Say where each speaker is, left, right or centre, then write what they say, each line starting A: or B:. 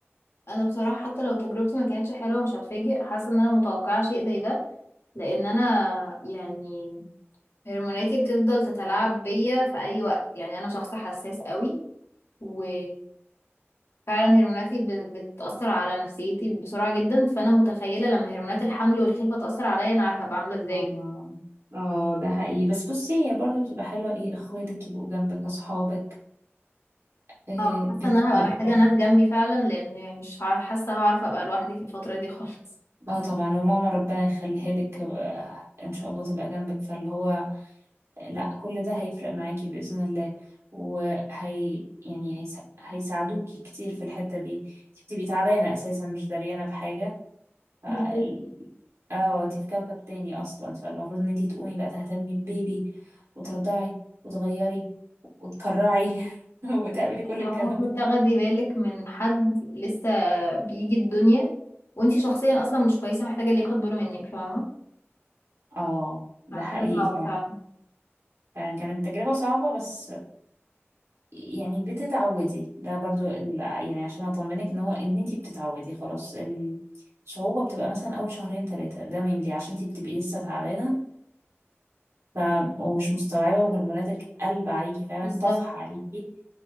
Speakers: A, on the left (about 65°); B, on the right (about 75°).
A: انا بصراحة حتى لو تجربتي ما كانتش حلوة مش هتفاجئ حاسة ان انا متوقعة شيء زي ده لان انا يعني هرموناتي بتفضل تتلاعب بيا في اي وقت يعني انا شخص حساس قوي و فعلا هرموناتي بت- بتأثر على نفسيتي بسرعة جدا فأنا متخيلة لما هرمونات الحمل والخلفة تأثر عليا أنا هبقى عاملة ازاي
B: اه اه ده حقيقي بس بصي هي برضه بتبقى حلوة ايه اخواتك يبقوا جنبك اصحابك آه
A: اه حاسة
B: بتفرق
A: إن أنا هبقى محتاجة
B: طبعا
A: ناس جنبي فعلا لأن مش ه- حاسة هعرف أبقى لوحدي في الفترة دي خالص
B: اه طبعا وماما ربنا يخليها لك آه، ان شاء الله تبقى جنبك فاللي هو لا كل ده هيفرق معاكي بإذن الله وهي يعني هيسا- هيساعدوكي كتير في الحتة دي انت بتبقي تعبانة اساسا مش داريانة بحاجة ف- ال-
A: بالظبط
B: اه انتي في كوكب تاني اصلا فالمفروض ان انتي تقومي بقى تهتمي بالبيبي وترضعي وتغيري وتكرعي <laughs> وتعملي كل
A: لو
B: الكلام
A: المفروض
B: ده
A: تاخدي بالك من حد لسه بيجي الدنيا وانتي شخصيا أصلا مش كويسة محتاجة اللي ياخد باله منك فاهمة
B: اه ده
A: يعني
B: حقيقي
A: حاجة صعبة
B: فعلا
A: فعلا
B: فعلا كانت تجربة صعبة بس يعني بتتعودي ده برضو ال- يعني عشان اطمنك ان هو ان انتي بتتعودي خلاص ال- الصعوبة بتبقى مثلا اول شهرين ثلاثة ده mainly عشان انتي بتبقي لسه تعبانة ف ومش مستوعبة وهرموناتك قلب عليكي فعلا
A: بالظبط
B: طفح عليكي